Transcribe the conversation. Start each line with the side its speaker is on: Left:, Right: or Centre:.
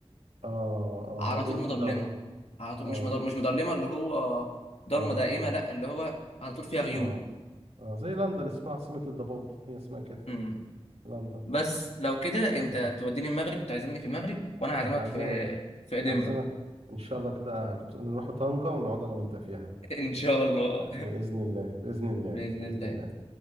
Right: اه اه
Left: على
Right: مدينة
Left: طول مضلمه
Right: الدار
Left: على طول
Right: اه
Left: مش مضل... مش مضلمه اللي هو ضلمه
Right: اه
Left: دائمه
Right: اه
Left: لا اللي هو على طول فيها غيوم
Right: اه اه زي لندن اسمها عاصمة الضباب هي اسمها كده
Left: مم.
Right: لندن
Left: بس لو كده انت
Right: يلا
Left: توديني المغرب تعزمني في المغرب وانا هعزمك
Right: أنا هعزمك
Left: في في ادنبرا
Right: هعزمك ان شاء الله كده نروح طنجة ونقعد انا وانت فيها
Left: <laughs> ان شاء الله
Right: بإذن الله بإذن
Left: <laughs>
Right: الله
Left: باذن
Right: بإذن
Left: الله
Right: الله